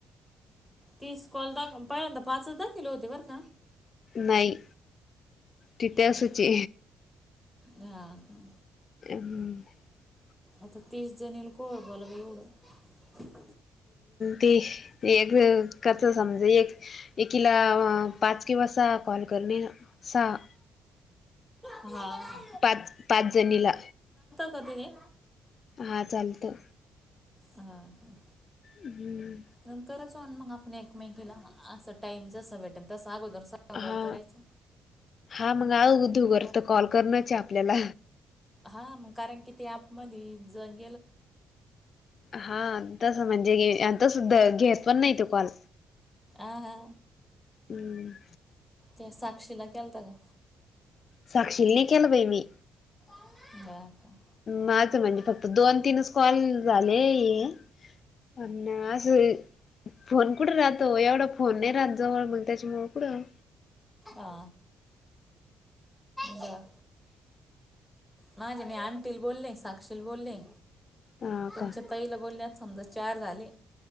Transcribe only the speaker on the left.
नाही तिथे असंचे.
<unintelligible>
ते एक कच समज एक एकीला पाच पाच किंवा सहा कॉल करणे ना सहा.
पाच पाच जणीला.
हा चालत.
हम्म
हा
हा
मग
आगूदगर
तर कॉल करणचये आपल्याला
हा तस म्हणजे तस घेत पण नाय तो कॉल.
हम्
साक्षीला नाय केला बई मी.
माझं म्हणजे फक्त दोन तीनच कॉल झालेय. अन अस फोन कुठं राहतो एवढा. फोन नाही रात जवळ मग त्याच्यामुळ कुडं
हा
का